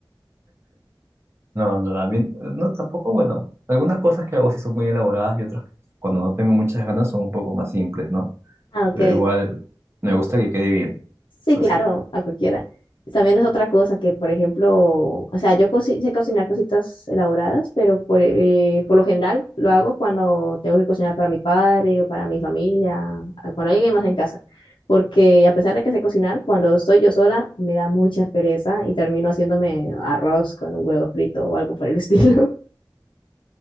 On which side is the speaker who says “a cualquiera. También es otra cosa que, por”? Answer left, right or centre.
Left